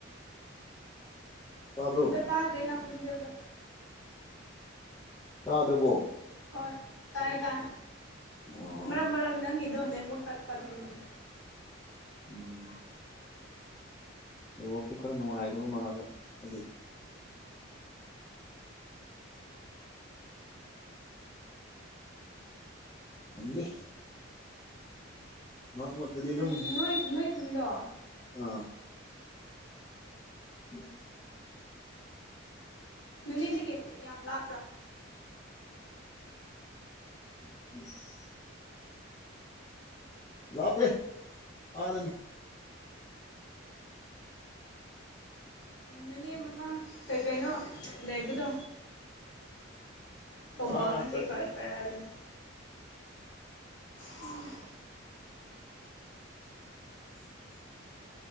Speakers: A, on the left; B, on the left.
A: ꯇꯥꯕ꯭ꯔꯣ
B: ꯑꯃꯇ ꯇꯥꯗꯔꯦ ꯅꯪ ꯈꯣꯜꯖꯦꯜ ꯗꯣ
A: ꯇꯥꯗ꯭ꯔꯕꯣ
B: ꯍꯣꯏ ꯇꯥꯏ ꯇꯥꯏ
A: ꯑꯣ
B: ꯃꯔꯛ ꯃꯔꯛ ꯅꯪꯒꯤꯗꫭ ꯅꯦꯠ ꯋꯥꯛ ꯇꯠꯄ ꯑꯗꯨꯒꯤꯅꯤꯗ
A: ꯎꯝ ꯅꯦꯠ ꯋꯥꯔꯛꯁꯤ ꯈꯔ ꯅꯨꯡꯉꯥꯏꯗꯕ ꯃꯥꯜꯂꯦ ꯍꯥꯏꯗꯤ ꯈꯪꯗꯦ ꯃꯔꯛ ꯃꯔꯛꯇꯗꯤ
B: ꯎꯝ
A: ꯑꯗꯨꯝ
B: ꯅꯣꯏ ꯅꯣꯏ ꯈꯨꯟꯗꯣ
A: ꯑꯥ <inaudible>
B: ꯅꯣꯅꯦꯗꯒꯤ ꯌꯥꯝ ꯂꯥꯞꯄ꯭ꯔ
A: <inaudible> ꯂꯥꯞꯄꯦ ꯑꯥꯗꯅꯤ
B: ꯅꯣꯅꯦ ꯃꯊꯪ ꯀꯩꯀꯩꯅꯣ ꯂꯩꯕꯗꯣ ꯊꯧꯕꯥꯜ
A: ꯑꯥ
B: ꯅꯠꯇꯦ
A: ꯆꯠꯂꯒ
B: ꯀꯩ ꯀꯩ ꯍꯥꯏꯗꯣꯏ ꯎꯝ
A: <inaudible>